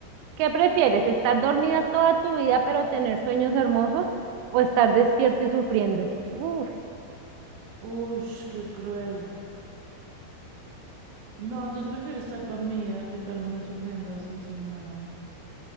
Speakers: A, on the right; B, on the right.
A: ¿Qué prefieres, estar dormida toda tu vida pero tener sueños hermosos o estar despierto y sufriendo? Uf,
B: Ush, qué cruel. No, entonces prefiero estar dormida que estar uno sufriendo así sin nada.